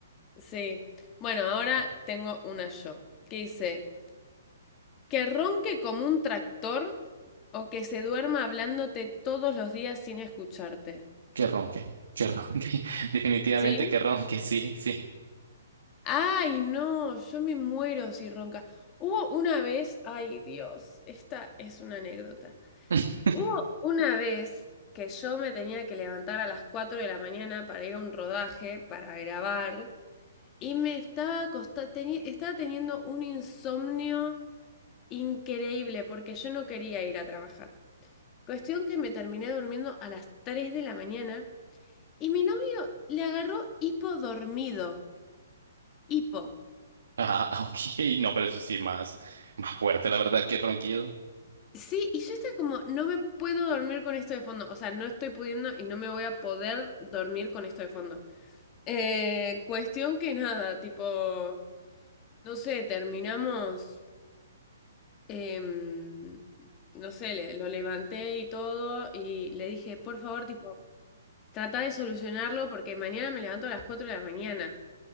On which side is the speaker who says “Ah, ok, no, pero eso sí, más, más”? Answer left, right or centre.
Right